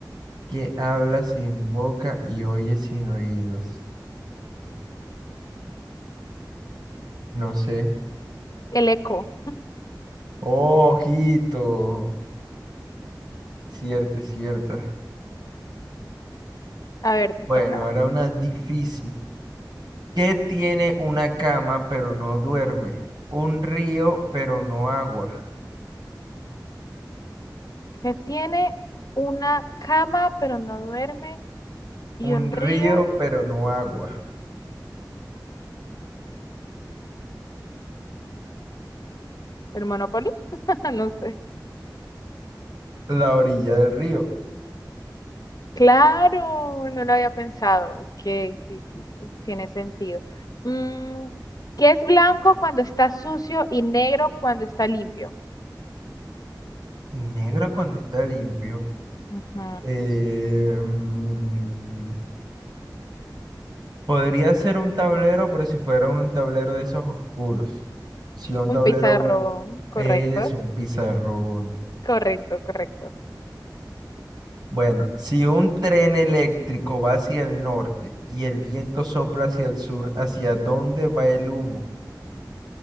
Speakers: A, on the right (about 65°); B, on the left (about 55°).
A: ¿Qué habla sin boca y oye sin oídos? No sé.
B: El eco.
A: Oh, Ojito. Cierto, cierto.
B: A ver, te
A: Bueno,
B: toca.
A: ahora una difícil. ¿Qué tiene una cama pero no duerme? Un río pero no agua.
B: Que tiene una cama pero no duerme y
A: Un
B: un
A: río
B: río.
A: pero no agua.
B: ¿El Monopoly? <laughs> No sé.
A: la orilla del río
B: Claro, no lo había pensado. Ok, sí, sí, sí, tiene sentido. Mm, ¿qué es blanco cuando está sucio y negro cuando está limpio?
A: y negro cuando está limpio.
B: Ujú.
A: Eh, mm, podría ser un tablero, pero si fuera un tablero de esos oscuros. Si un
B: Un
A: tablero
B: pizarro,
A: blanco.
B: correcto,
A: Eso, un pizarrón.
B: correcto, correcto.
A: Bueno, si un tren eléctrico va hacia el norte y el viento sopla hacia el sur, ¿hacia dónde va el humo?